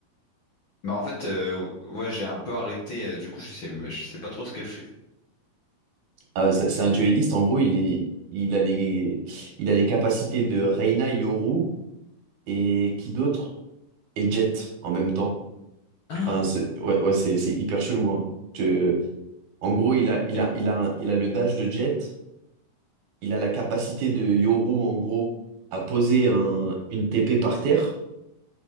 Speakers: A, on the left; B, on the right.
A: Bah en fait, euh, ouais, j'ai un peu arrêté. euh, du coup, je sais, je sais pas trop ce qu'elle fait.
B: Ah, ouais, c'est c'est un duelliste, en gros, il est, il a les, il a les capacités de Reina, Yoru et qui d'autre? Et Jet en même temps.
A: Ah,
B: Enfin, c'est- ouais, ouais, c'est c'est hyper chelou, hein. Je- en gros, il a, il
A: Il-
B: a, il a, un- il a le dash de Jet, il a la capacité de Yoru, en gros, à poser un, une TP par terre.